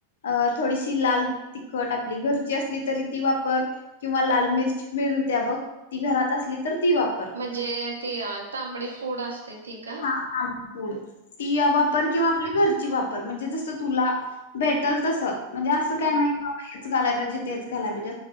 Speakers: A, on the left (about 60°); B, on the right (about 70°).
A: अ थोडीशी लाल तिखट आपली घरची असली तरी ती वापर किंवा लाल मिर्च मिळत्या बघ ती घरात असली तर ती वापर
B: म्हणजे ती तांबडी पूड असते ती का?
A: हा ताम पूड ती वापर किंवा आपली घरची वापर पर म्हणजे जस तुला भेटल तस म्हणजे असं
B: हम्म.
A: काही नाही बाबा हेच घालाय मजे तेच घालाय पायजे